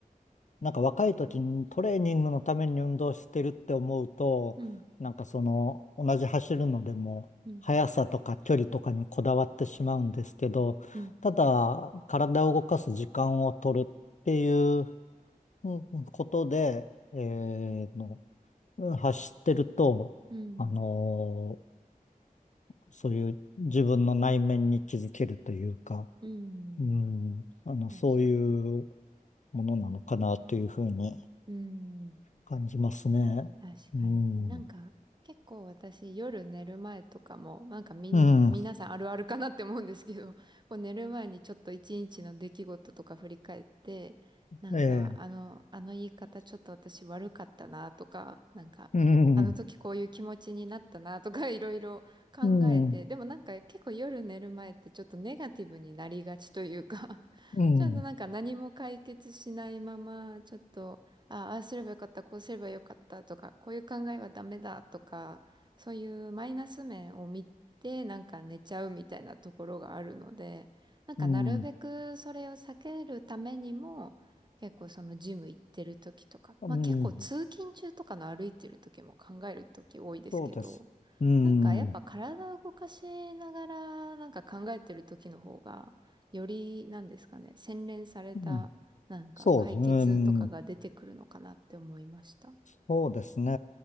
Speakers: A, on the left; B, on the right.
A: なんか若い時にトレーニングのために運動してるって思うと、
B: うん、
A: なんかその、同じ走るのでも、
B: うん、
A: 速さとか距離とかにこだわってしまうんですけど、
B: うん、
A: ただ、体を動かす時間を取るっていう、うんうんことで、えーの、うん走ってると、
B: うん、
A: あの、そういう自分の内面に気づけるというか、
B: うん、
A: うん、あの、
B: 確かに。
A: そういうものなのかなというふうに
B: うん
A: 感じますね。
B: 確かに。
A: うん、
B: なんか、
A: う
B: 結構私夜寝る前とかも、なんかみん、
A: ん、
B: 皆さんあるあるかなって思うんですけど、こう寝る前にちょっと一日の出来事とか振り返って、なんか、
A: ええ、
B: あの、あの言い方ちょっと私悪かったなとか、なんか、
A: うん、
B: あの時こういう気持ちになったなとか <laughs> いろいろ考えて、
A: うん、
B: でもなんか結構夜寝る前ってちょっとネガティブになりがちというか、<laughs>
A: うん、
B: ちょっとなんか何も解決しないまま、ちょっとああーすればよかった、こうすればよかったとか、こういう考えはダメだとか、そういうマイナス面を見て、なんか寝ちゃうみたいなところがあるので、なんかなるべくそれを避けるためにも、
A: うん、
B: 結構そのジム行ってる時とか、
A: うん、
B: まあ結構通勤中とかの歩いてる時も考える時多いですけど、
A: そうです。うん、
B: なんかやっぱ体を動かしながらなんか考えてる時の方がよりなんですかね、
A: う
B: 洗練されたなんか解決とかが出てくるのかなって思いました。
A: ん、そうですね、うん、そうですね。